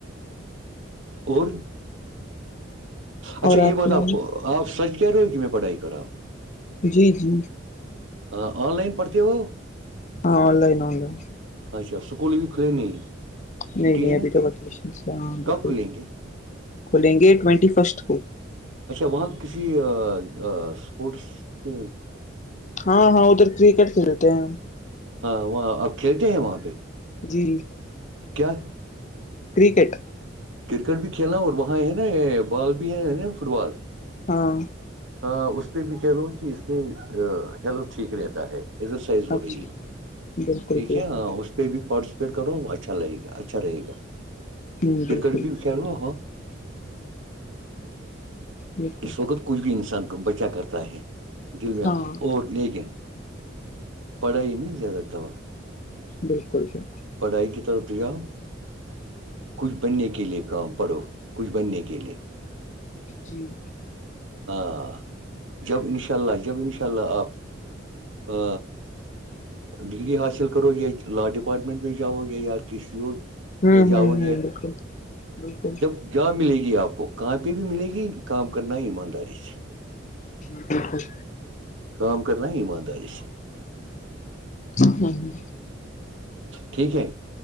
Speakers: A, on the right (about 80°); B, on the left (about 40°).
A: اور اچھا
B: اور
A: یہ بات
B: سنائیے
A: آپ آپ سچ کہہ رہے ہو کہ میں پڑھائی کر رہا ہوں
B: جی جی
A: ہاں آن لائن پڑتی وہ
B: ہاں آن لائن آن لائن
A: اچھا سکول بھی کھلے نہیں
B: نہیں
A: چھٹی
B: نہیں
A: ہے
B: ابھی
A: نا
B: تو ویکیشن سے ہاں بالکل
A: کب کھلیں گے
B: کھلیں گے ٹوینٹی فسٹ کو
A: اچھا وہاں کسی اسپورٹس پ
B: ہاں ہاں ادھر کرکٹ کھیلتے ہیں ہم
A: ہاں وہاں اپ کھیلتے ہیں وہاں پہ
B: جی
A: کیا
B: کرکٹ
A: کرکٹ بھی کھیلنا اور وہاں ہے نا بال بھی ہے نا فٹ بال
B: ہاں
A: ہاں اس پہ بھی کہہ لو کہ اس میں ہیلتھ ٹھیک رہتا ہے ایکسرسائز ہو
B: اچھا
A: رہی ہے
B: بالکل
A: ٹھیک
B: بالکل
A: ہے اس پہ بھی پارٹیسپیٹ کرو اچھا لگے گا اچھا رہے گا
B: ہوں
A: کرکٹ
B: بالکل
A: بھی کہ لا
B: بالکل
A: اس وقت کچھ بھی انسان کو بچا کرتا ہے دل میں
B: ہاں
A: اور لیکن پڑھائی میں زیادہ دوا
B: بالکل بالکل
A: پڑھائی کی طرف بھییاؤ کچھ بننے کے لئے کام پڑھو کچھ بننے کے لئے
B: جی
A: ہاں جب انشاء اللہ جب ان شاء اللہ آپ ہ ڈگری حاصل کرو یہیت لاٹ اپارٹمنٹ میں جاؤ گے یار کسی اور
B: ہوں
A: میں جاؤ
B: ہ ہ بالکل بالکل
A: جاب ملے گی آپ کو کہاں پہ بھی ملے گی کام کرنا ہے ایمانداری سے
B: ج بالکل
A: کا کرنا ایماندارش
B: ہاں ہ
A: ٹھیک ہے